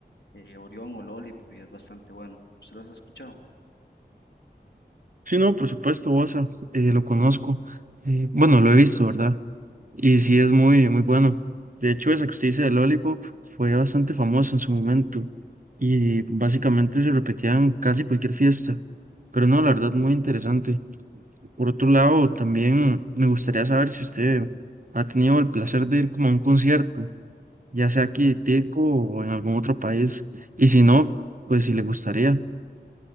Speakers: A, on the left; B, on the right.
A: eh, Orión o Lollipop y es bastante bueno. ¿Usted las ha escuchado?
B: Sí, no, por supuesto, Bosa, eh, lo conozco. Eh, bueno, lo he visto, ¿verdad? Y sí es muy, muy bueno. De hecho, esa que usted dice de Lollipop fue bastante famoso en su momento y básicamente se repetían casi cualquier fiesta. Pero no, la verdad, muy interesante. Por otro lado, también me gustaría saber si usted ha tenido el placer de ir como a un concierto. ya sea aquí de Teco o en algún otro país. Y si no, pues si le gustaría.